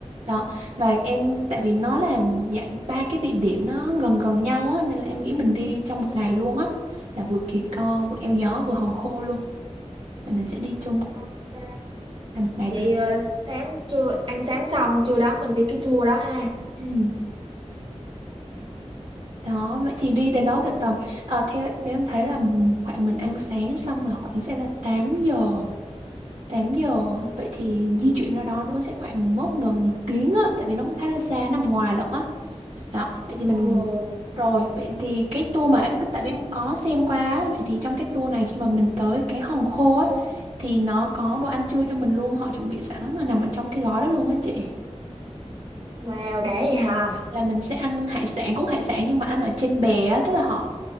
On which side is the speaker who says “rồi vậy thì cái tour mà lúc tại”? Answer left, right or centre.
Right